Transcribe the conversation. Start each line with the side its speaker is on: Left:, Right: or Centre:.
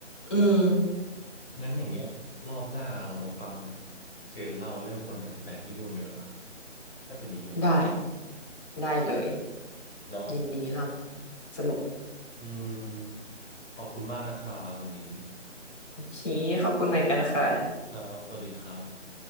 Left: อืม
Centre: งั้นอย่างเงี้ยรอบหน้าเรามาฟังเจนเล่าเรื่องคนแปลกๆที่นู่นเนอะน่าจะมีเยอะ
Left: ได้ได้เลย
Centre: เนาะ
Left: ยินดีเราสนุก
Centre: อืมขอบคุณมากนะครับวันนี้
Left: โอเคขอบคุณเหมือนกันค่ะ
Centre: ครับ สวัสดีครับ